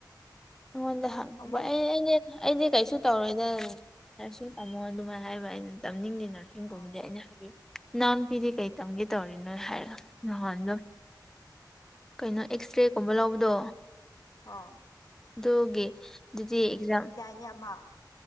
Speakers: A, in the centre; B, on the left (about 55°).
A: ꯑꯩꯉꯣꯟꯗ ꯍꯪꯉꯕ
B: ꯑꯃꯨꯛ
A: ꯑꯩ ꯑꯩꯅ ꯑꯩꯗꯤ ꯀꯩꯁꯨ ꯇꯧꯔꯣꯏꯗ ꯅꯔꯁꯁꯤꯡ ꯇꯝꯃꯣ ꯑꯗꯨꯃꯥꯏꯅ ꯍꯥꯏꯕ ꯑꯩꯅ ꯇꯝꯅꯤꯡꯗꯦ ꯅꯔꯁ ꯀꯒꯨꯝꯕꯗꯤ
B: ꯑꯥ
A: ꯑꯩꯅ ꯍꯥꯏꯕꯤꯌꯨ ꯏꯅꯥꯎꯅꯨꯄꯤꯗꯤ ꯀꯩ ꯇꯝꯒꯦ ꯇꯧꯔꯤꯅꯣ ꯍꯥꯏꯔꯒ ꯅꯍꯥꯟ ꯑꯗꯨꯝ ꯀꯩꯅꯣ ꯑꯦꯛꯁ ꯔꯦꯒꯨꯝꯕ ꯂꯧꯕꯗꯣ
B: ꯑꯥ
A: ꯑꯗꯨꯒꯤ ꯑꯗꯨꯗꯤ ꯑꯦꯛꯖꯥꯝ
B: ꯅꯤ ꯑꯃ